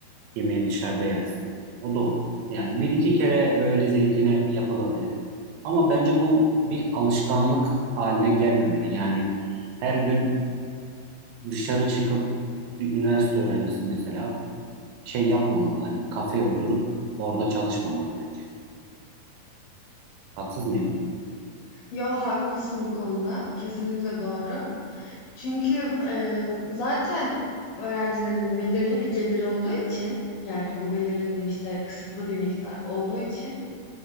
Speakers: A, on the right (about 80°); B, on the left (about 75°).
A: yemeği dışarıda yersin. O da olur. Yani bir iki kere böyle zevkine yapılabilir. Ama bence bu bir alışkanlık haline gelmemeli. Yani her gün dışarı çıkıp bir üniversite öğrencisi mesela şey yapmamalı. Hani bir kafeye oturup orada çalışmamalı bence. Haksız mıyım?
B: Yo, haklısın bu konuda. Kesinlikle doğru. Çünkü, eee, zaten öğrencilerin belirli bir geliri olduğu için, yani, bu belirli dediğim, işte, kısıtlı bir miktar olduğu için